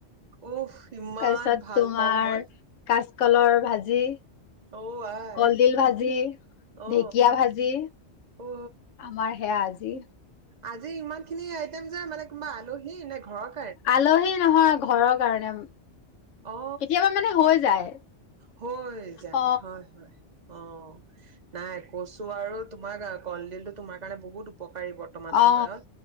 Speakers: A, on the right; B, on the left.
A: উফ ইমান
B: তাৰপিছত
A: ভাল
B: তোমাৰ
A: পাওঁ মই
B: কাঁচকলৰ ভাঁজি।
A: অ আই
B: কলডিল ভাঁজি,
A: অ
B: ঢেঁকীয়া ভাঁজি,
A: অ
B: আমাৰ সেয়া আজি।
A: আজি ইমান খিনি আইটেম যে, মানে কোনোবা আলহী নে ঘৰত
B: আলহী নহয়। ঘৰৰ কাৰণে।
A: অ,
B: কেতিয়াবা মানে হৈ যায়
A: হৈ যায়।
B: অ
A: হয় হয়। অ' নাই কচু আৰু তোমাৰ, কলডিলটো তোমাৰ কাৰণে বহুত উপ পকাৰি বৰ্তমান
B: অ
A: সময়ত,